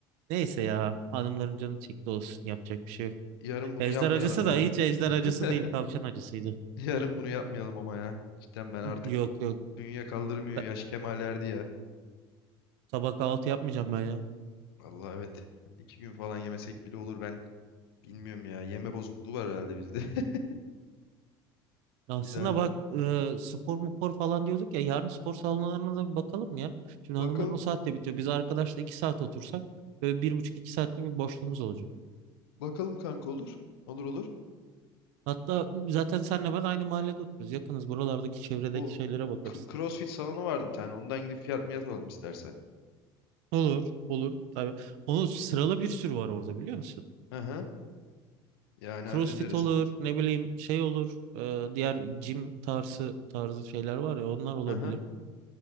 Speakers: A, on the right; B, on the left.
A: Neyse ya hanımların canı çekti olsun yapacak bir şey yok.
B: Yarın bunu
A: Ejder
B: yapmayalım
A: acısı
B: ya.
A: da hiç ejder
B: <laughs>
A: acısı değil tavşan acısıydı.
B: Yarın bunu yapmayalım ama ya. Cidden ben artık
A: Yok yok
B: dünya kaldırmıyor.
A: Ben-
B: Yaş kemale erdi ya.
A: Sabah kahvaltı yapmayacağım ben ya.
B: Vallahi evet. İki gün falan yemesek bile olur. Ben bilmiyorum ya. Yeme bozukluğu var herhalde bizde. <laughs>
A: Aslında
B: Yani.
A: bak e, spor mupor falan diyorduk ya yarın spor salonlarına da bir bakalım ya. Şimdi
B: Bakalım.
A: hanımların o saatte bitiyor. Biz arkadaşla iki saat otursak böyle bir buçuk iki saatlik bir boşluğumuz olacak.
B: Bakalım kanka olur. Olur olur.
A: Hatta zaten senle ben aynı mahallede oturuyoruz. Yakınız buralardaki çevredeki
B: Bu
A: şeylere bakarız.
B: k- CrossFit salonu vardı bir tane. Ondan gidip fiyat miyat alalım istersen.
A: Olur olur tabii. Onu sıralı bir sürü var orada biliyor musun?
B: Hı hı. Yani hallederiz.
A: CrossFit olur ne bileyim şey olur. e, diğer gym tarzı tarzı şeyler var ya onlar olabilir.
B: Hı hı.